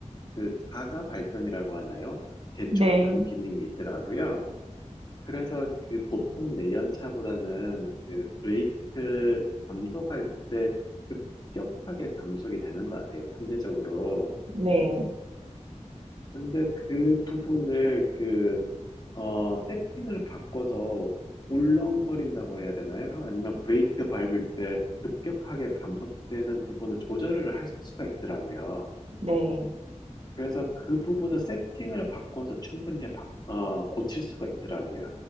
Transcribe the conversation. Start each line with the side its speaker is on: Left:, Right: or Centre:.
Left: 그 자가 발전이라고 하나요? 재충전
Right: 네.
Left: 기능이 있더라고요. 그래서 그 보통 내연차보다는 그 브레이크 감속할 때 급격하게 감속이 되는 것 같아요. 상대적으로.
Right: 네.
Left: 근데 그 부분을 그, 어, 세팅을 바꿔서 울렁거린다고 해야 되나요? 아니면 브레이크 밟을 때 급격하게 감속되는 부분을 조절을 할 수가 있더라고요.
Right: 네.
Left: 그래서 그 부분은 세팅을 바꿔서 충분히 바- 어, 고칠 수가 있더라고요.